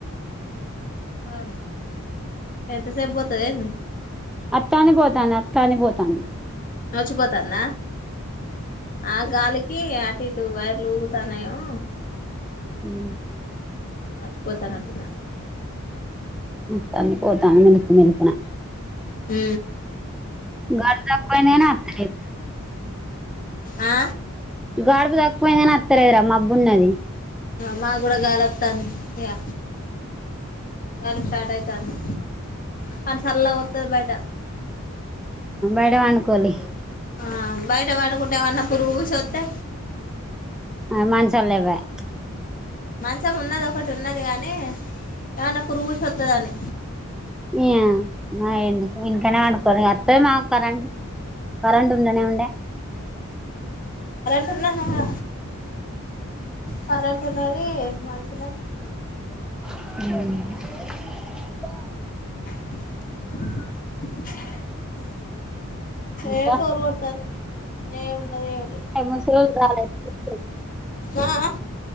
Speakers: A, on the left; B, in the centre.
A: ఆన్ ఎంత సేపు పోతది ఏంది
B: అత్తందీ పోతందీ అత్తందీ పోతాందీ
A: నచ్చిపోతాంద ఆ గాలికి అటు టు వైర్లుగుతాన్నయో
B: హు
A: మజపోతనటున
B: ఉ అతంది పోతంది మిల్కుమిల్కున
A: హు
B: గడుపు తక్కువయింది కానీ అత్తలేదు
A: ఆ
B: గాడుపు తక్కువయిందని అత్తలేదూ రా మబ్బున్నది
A: మాక్కూడా గాలి ఓత్తందీ ఇగ గాలి స్టార్ట్ అయితందీ కని సళ్ళగోత్తది బయట
B: ఆ వండుకొల్లి
A: ఆ బయట పడుకుంటే ఏమన్నా పురుగు పూషీ ఒత్తే
B: మంచం లేవయ్యా
A: మంచం ఉన్నది ఒకటి ఉన్నది గనీ ఏమన్నా పురుగుపుషి ఒత్తది అని
B: ఇగ ఎందుకు ఇంట్లనే వండుకొల్లి అత్తది మాక్ కరెంట్ కరెంట్ ఉండనే ఉండే
A: టున్నాదా కరెంట్ ఉన్నది మంచిన
B: అ
A: <inaudible>
B: ఇంకా
A: ఏ బోర్ కొడుతాంది ఏమున్నది ఏంలే
B: ముసలోళ్ళు రాలే
A: ఆ ఆ